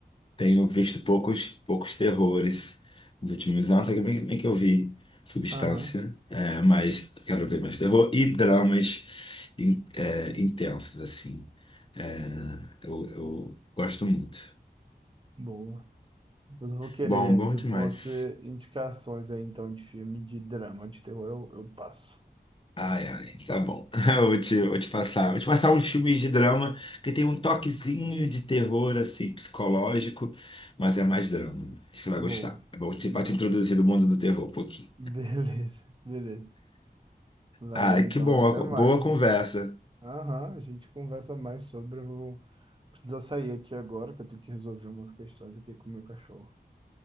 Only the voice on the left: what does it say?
tenho visto poucos, poucos terrores nos últimos anos, até bem, bem que eu vi Substância,
é, mas quero ver mais terror e dramas in- é, intensos, assim. É, eu, eu gosto muito.
Bom, bom
demais.
Ai, ai, tá bom. <laughs> Eu vou te, vou te passar. Vou te passar uns filmes de drama que tem um toquezinho de terror, assim, psicológico, mas é mais drama. Você vai gostar.
É bom te,
pra te introduzir no mundo do terror um pouquinho.
Ai,
que bom.
Boa conversa.